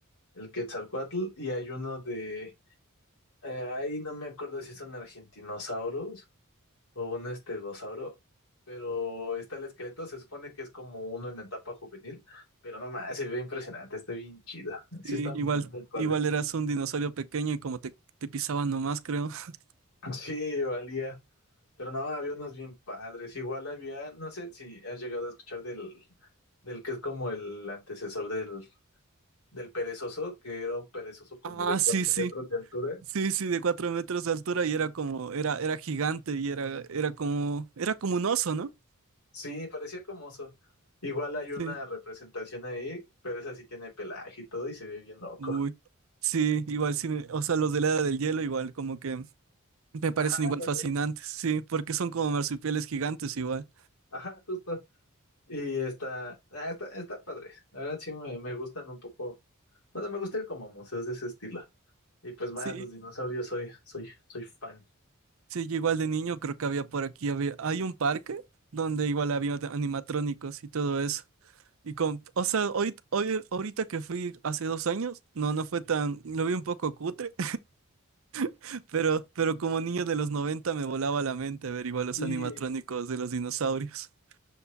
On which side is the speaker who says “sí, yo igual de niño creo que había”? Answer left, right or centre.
Right